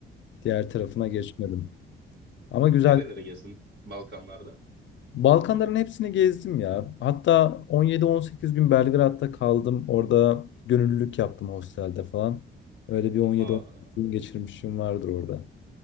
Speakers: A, on the left; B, on the right.
A: Diğer tarafına geçmedim. Ama güzel.
B: Nerelere gezdim Balkanlarda?
A: Balkanların hepsini gezdim ya. Hatta 17-18 gün Belgrad'da kaldım. Orada gönüllülük yaptım hostelde falan. Öyle bir 17-18
B: Aa,
A: gün geçirmişim vardır orada.